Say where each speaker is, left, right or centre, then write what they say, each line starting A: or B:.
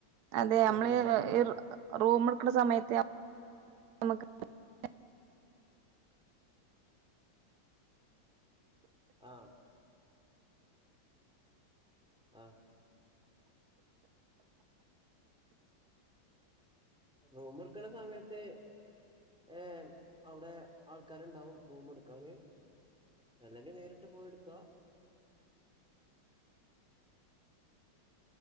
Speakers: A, on the right; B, in the centre.
A: അതെ
B: സൈഡില്
A: നമ്മള്
B: പാർക്ക് ചെയ്യാലോ
A: ഈ റൂം എടുക്കണ സമയത്ത് നമക്ക് <unintelligible>
B: ആ ആ റൂം എടുക്കണ സമയത്ത് ഏ അവിടെ ആൾക്കാരുണ്ടാവും റൂം എടുക്കാന് അല്ലെങ്കി നേരിട്ട് പോയി എടുക്ക